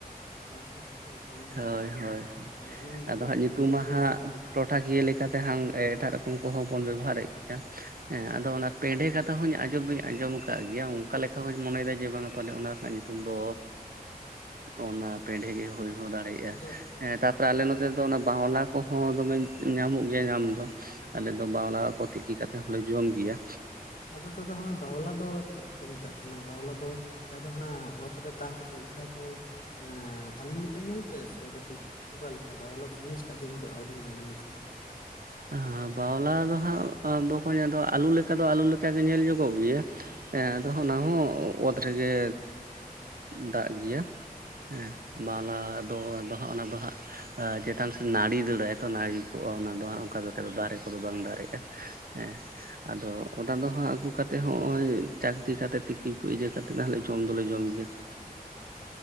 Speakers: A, on the left (about 65°); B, on the right (about 70°).
A: <unintelligible> ᱠᱚ ᱢᱮᱛᱟᱜ ᱵᱟᱹᱧ
B: ᱦᱳᱭ
A: ᱵᱟᱰᱟᱭᱟ ᱟᱫᱚ
B: ᱦᱳᱭ
A: ᱤᱧ
B: ᱟᱫᱚ
A: ᱟᱸᱡᱚᱢ
B: ᱦᱟᱸᱜ ᱧᱩᱛᱩᱢ
A: ᱠᱟᱜᱼᱟ
B: ᱢᱟ
A: ᱳᱞ
B: ᱦᱟᱸᱜ
A: ᱳᱞ ᱥᱮᱫ ᱟᱫᱚ
B: ᱴᱚᱴᱷᱟᱠᱤᱭᱟᱹ ᱞᱮᱠᱟᱛᱮ ᱦᱟᱸᱜ ᱮᱴᱟᱜ ᱨᱚᱠᱚᱢ ᱠᱚᱦᱚᱸ ᱵᱚᱱ ᱵᱮᱵᱚᱦᱟᱨᱮᱫ ᱦᱮᱸ ᱟᱫᱚ ᱚᱱᱟ ᱯᱮᱸᱰᱷᱮ ᱠᱟᱛᱷᱟ ᱦᱚᱸᱧ ᱟᱸᱡᱚᱢ ᱫᱚᱧ ᱟᱸᱡᱚᱢ ᱟᱠᱟᱫ ᱜᱮᱭᱟ ᱚᱱᱠᱟ ᱞᱮᱠᱟ ᱦᱚᱧ ᱢᱚᱱᱮᱭ ᱮᱫᱟ ᱡᱮ ᱵᱟᱝᱟ ᱯᱟᱞᱮ ᱚᱱᱟ ᱨᱮᱱᱟᱜ ᱧᱩᱛᱩᱢ ᱫᱚ ᱚᱱᱟ ᱯᱮᱸᱰᱷᱮ ᱜᱮ ᱦᱩᱭ ᱦᱚᱸ ᱫᱟᱲᱮᱭᱟᱜᱼᱟ
A: ᱟᱫᱚ
B: ᱦᱮᱸ ᱛᱟᱯᱚᱨᱮ ᱟᱞᱮ ᱱᱚᱛᱮ ᱫᱚ ᱚᱱᱟ ᱵᱟᱣᱞᱟ ᱠᱚᱦᱚᱸ ᱫᱚᱢᱮ ᱧᱟᱢᱚᱜ ᱜᱮᱭᱟ ᱧᱟᱢ ᱫᱚ ᱟᱞᱮ ᱫᱚ ᱵᱟᱣᱞᱟ ᱠᱚ ᱛᱤᱠᱤ ᱠᱟᱛᱮᱫ ᱦᱚᱸᱞᱮ ᱡᱚᱢ ᱜᱮᱭᱟ
A: ᱟᱫᱚ ᱫᱟᱫᱟ ᱦᱚᱸᱜᱼᱚᱭ ᱵᱟᱣᱞᱟ ᱫᱚ ᱪᱮᱫ- ᱯᱮ ᱢᱮᱛᱟᱜ ᱛᱟᱦᱮᱱᱟ ᱵᱟᱣᱞᱟ ᱫᱚ ᱡᱟᱦᱟᱸ ᱫᱚ ᱦᱟᱱᱟ ᱚᱛ ᱨᱮ ᱫᱟ ᱠᱟᱛᱮᱫ ᱡᱟᱦᱟᱸ ᱫᱚ ᱮᱸ ᱟᱞᱩ ᱞᱮᱠᱟ ᱧᱮᱞᱛᱮ ᱥᱮ ᱠᱟᱹᱴᱤᱡ ᱚᱠᱟ ᱞᱮᱠᱟ ᱵᱟᱣᱞᱟᱫᱚ ᱡᱤᱱᱤᱥᱴᱟᱜ ᱫᱚ ᱤᱧ ᱫᱚ ᱟᱹᱣᱨᱤᱧ ᱧᱮᱞᱟ ᱱᱤᱛ ᱦᱚᱸ
B: ᱦᱮ ᱵᱟᱣᱞᱟ ᱫᱚ ᱦᱟᱸᱜ ᱵᱚᱠᱚᱧ ᱟᱫᱚ ᱟᱞᱩ ᱞᱮᱠᱟ ᱫᱚ ᱟᱞᱩ ᱞᱮᱠᱟᱜᱮ ᱧᱮᱞ ᱧᱚᱜᱚᱜ ᱜᱮᱭᱟ ᱦᱮᱸ ᱟᱫᱚ ᱚᱱᱟ ᱦᱚᱸ ᱚᱛ ᱨᱮᱜᱮ ᱫᱟᱜ ᱜᱮᱭᱟ ᱦᱮᱸ ᱵᱟᱣᱞᱟ ᱫᱚ ᱟᱫᱚ ᱦᱟᱸᱜ ᱚᱱᱟ ᱫᱚ ᱦᱟᱸᱜ ᱪᱮᱛᱟᱱ ᱥᱮᱫ ᱱᱟᱹᱲᱤ ᱫᱟᱹᱲᱟᱭ ᱛᱚ ᱱᱟᱹᱲᱤ ᱠᱚᱜᱼᱟ ᱚᱱᱟ ᱫᱚ ᱦᱟᱸᱜ ᱚᱱᱠᱟ ᱞᱮᱠᱟ ᱫᱚ ᱫᱟᱨᱮ ᱠᱚᱫᱚ ᱵᱟᱝ ᱫᱟᱨᱮᱜᱼᱟ ᱦᱮᱸ ᱟᱫᱚ ᱚᱱᱟ ᱫᱚ ᱦᱟᱸᱜ ᱟᱹᱜᱩ ᱠᱟᱛᱮᱫ ᱦᱚᱸᱜᱚᱭ ᱪᱟᱠᱛᱤ ᱠᱟᱛᱮ ᱛᱤᱠᱤ ᱠᱚ ᱤᱭᱟᱹ ᱠᱟᱛᱮᱫ ᱡᱚᱢ ᱫᱚᱞᱮ ᱡᱚᱢ ᱜᱮᱭᱟ ᱦᱮᱸ